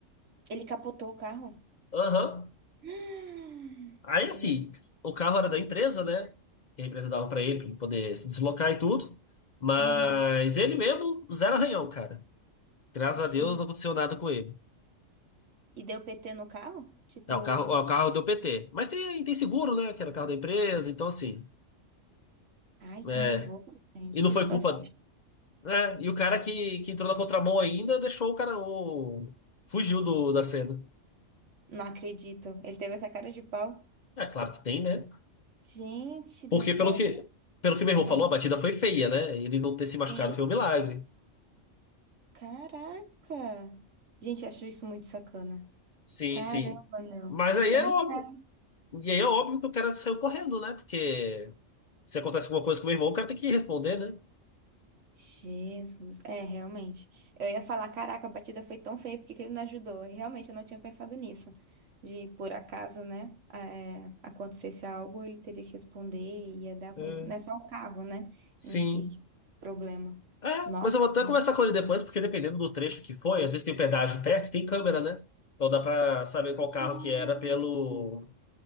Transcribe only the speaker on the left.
Aham.
Aí
assim, o carro era da empresa, né? Que a empresa dava para ele, pra ele poder se deslocar e tudo. Mas
ele mesmo, zero arranhão, cara. Graças
a Deus não aconteceu nada com ele.
É o carro,
é o carro deu PT. Mas tem, tem seguro, né? Que era o carro da empresa, então assim.
É,
e não
foi
culpa. né? e o cara que, que entrou na contramão ainda deixou o cara. O, fugiu do, da cena.
É claro que tem, né?
Porque
pelo que, pelo que meu irmão
falou, a batida foi feia, né? Ele não ter se machucado
foi um milagre.
Sim,
sim.
Mas aí
é
óbvio.
E aí é óbvio que o cara saiu correndo, né? Porque se acontece alguma coisa com o meu irmão, o cara tem que responder, né?
É,
sim.
É,
mas eu vou
até conversar com ele depois, porque dependendo do trecho que foi, às vezes tem o pedágio perto, tem câmera, né? Então dá pra saber qual
carro que era pelo,